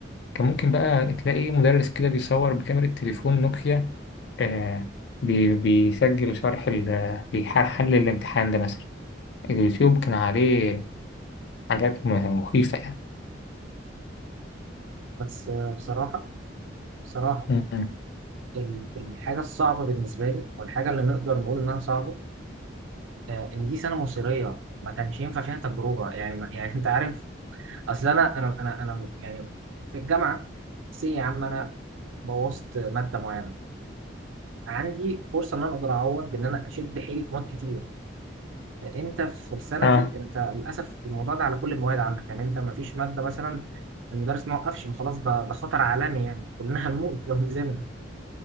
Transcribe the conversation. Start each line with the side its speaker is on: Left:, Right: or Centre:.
Left: كان ممكن بقى تلاقي مدرس كده بيصور بكاميرا تليفون نوكيا آه بي بيسجل شرح ال- بيحل الامتحان ده مثلا اليوتيوب كان عليه حاجات م- مخيفة يعني
Right: بس آه، بصراحة بصراحة
Left: مم.
Right: ال- الحاجة الصعبة بالنسبة لي أو الحاجة اللي نقدر نقول إنها صعبة آه، إن دي سنة مصيرية ما كانش ينفع فيها تجربة يعني ما- يعني <laughs> أنت عارف أصل أنا أنا أنا أنا يعني في الجامعة سي يا عم أنا بوظت مادة معينة عندي فرصة إن أنا أقدر أعوض بإن أنا أشد حيلي في مواد كتير أنت في السنة
Left: اه
Right: دي أنت للأسف الموضوع ده على كل المواد عندك يعني أنت ما فيش مادة مثلا المدرس ما وقفش ما خلاص ده ده خطر عالمي يعني كلنا هنموت لو نزلنا